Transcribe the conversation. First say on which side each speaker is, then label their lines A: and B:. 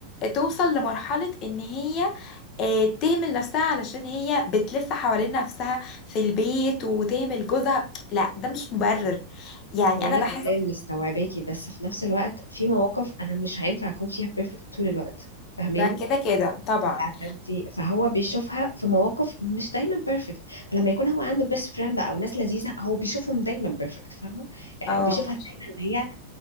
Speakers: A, on the left (about 35°); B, on the left (about 80°).
A: توصل لمرحله ان هي آه، تهمل نفسها علشان هي بتلف حوالين نفسها في البيت وتهمل جوزها لا ده مش مبرر يعني
B: هو
A: انا
B: انا
A: بحس
B: تمام
A: بالظبط
B: مستوعباكي بس في نفس الوقت في مواقف انا مش هينفع اكون فيها بيرفكت طول الوقت فاهماني
A: ده كده كده طبعا
B: فانتي فهو بيشوفها في مواقف مش دايما بيرفكت فلما يكون هو عنده بيست فريند او ناس لذيذه هو بيشوفهم دايما بيرفكت فاهمه يعني
A: اه
B: هو بيشوفها دايما وهي